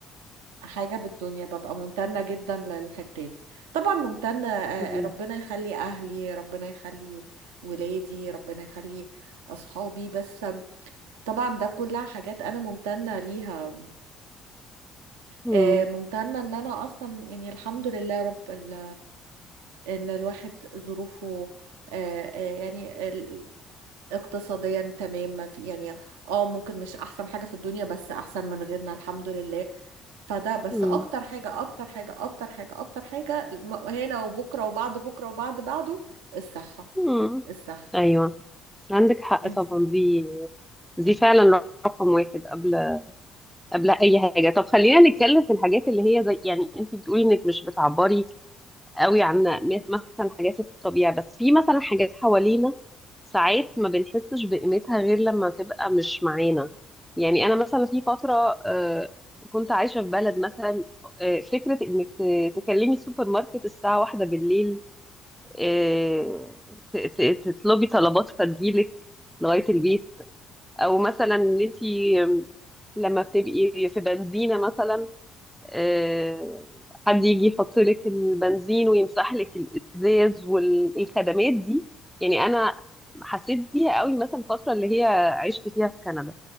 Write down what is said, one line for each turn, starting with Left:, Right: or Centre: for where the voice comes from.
Right: حاجة بالدنيا ببقى ممتنة جدا للحتة دي طبعا ممتنة آه،
Centre: مم.
Right: آه، ربنا يخلي أهلي ربنا يخلي ولادي ربنا يخلي أصحابي بس آم، طبعا ده كلها حاجات أنا ممتنة ليها
Centre: مم.
Right: آه، ممتنة إن أنا أصلا يعني الحمد لله رب ال- إن الواحد ظروفه آه، آه، يعني ال- اقتصاديا تمام ما في يعني اه ممكن مش احسن حاجة في الدنيا بس احسن من غيرنا الحمد لله فده بس
Centre: مم.
Right: اكتر حاجة اكتر حاجة اكتر حاجة اكتر حاجة الم- هنا وبكرة وبعد بكرة وبعد بعده الصحة
Centre: مم.
Right: الصحة
Centre: ايوه عندك حق
Right: انت
Centre: طبعا دي دي فعلا رقم واحد قبل قبل اي حاجه طب خلينا نتكلم في الحاجات اللي هي زي يعني انت بتقولي انك مش بتعبري قوي عن م- مثلا حاجات في الطبيعه بس في مثلا حاجات حوالينا ساعات ما بنحسش بقيمتها غير لما تبقى مش معانا يعني انا مثلا في فتره آه، كنت عايشه في بلد مثلا آه، فكره انك ت- تكلمي السوبر ماركت الساعه واحدة بالليل آه، ت- ت- تطلبي طلبات فتجيلك لغاية البيت او مثلا ان انتي لما بتبقي في بنزينة مثلا آه، حد يجي يحط لك البنزين ويمسح لك الازاز والخدمات دي يعني انا حسيت بيها قوي مثلا الفترة اللي هي عشت فيها في كندا